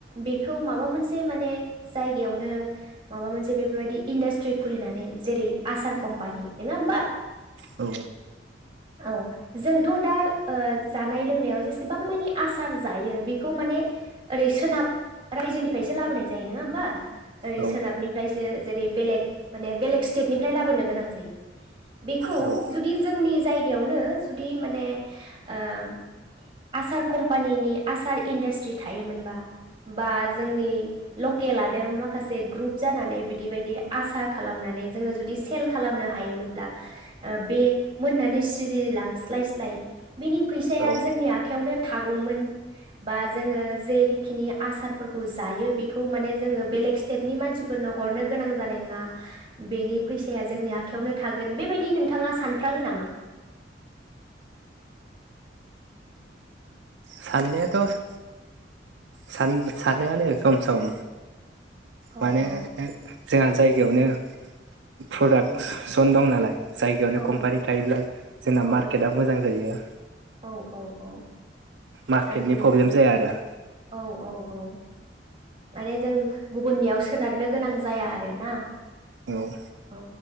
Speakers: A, on the right; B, on the right.
A: बेखौ माबा मोनसे माने जायगायावनो माबा मोनसे बेफोरबायदि इन्डास्ट्रि खुलिनानै जेरै आसार कम्पानि नङा होमबा
B: औ
A: औ जोंथ' दा ओ जानाय लोंनायाव जेसेबां मानि आसार जायो बेखौ माने ओरै सोनाब रायजोनिफ्रायसो लाबोनाय जायो नोङा होमबा? ओरै
B: औ
A: सोनाबनिफ्रायसो जेरै बेलेग माने बेलेग स्टेटनिफ्राय लाबोनो गोनां जायो। बेखौ
B: औ औ
A: जुदि जोंनि जायगायावनो जुदि माने ओम आसार कम्पानिनि आसार इन्डास्ट्रि थायोमोनबा बा जोंनि लकेलानो माखासे ग्रुप जानानै बिदि बायदि आसार खालामनानै जोङो जुदि सेल खालामनो हायोमोनब्ला ओ बे मोननानै सिरि लांस्लाय स्लाय बिनि फैसाया
B: औ
A: जोंनि आखायावनो थागौमोन बा जोङो जेखिनि आसार फोरखौ जायो बेखौ माने जोङो बेलेग स्टेटनि मानसिफोरनो हरनो गोनां जानाय नोङा बेनि फैसाया जोंनि आखायावनो थागो गोन बेबायदि नोंथाङा सानफ्राङो नामा
B: साननायाथ' सान सानोआनो सम सम
A: औ
B: माने
A: औ
B: ओ जोंहा जाय बेयावनो प्रडाक्सन दं नालाय जायगायावनो
A: औ
B: कम्पानि
A: औ
B: थायोब्ला जोंना
A: औ
B: मार्केटआ मोजां जायो।
A: औ औ औ।
B: मार्केटनि
A: सानो न
B: प्रब्लेम जाया आरो
A: औ औ औ माने जों गुबुननियाव सोनारनो गोनां जाया आरो ना?
B: औ
A: औ।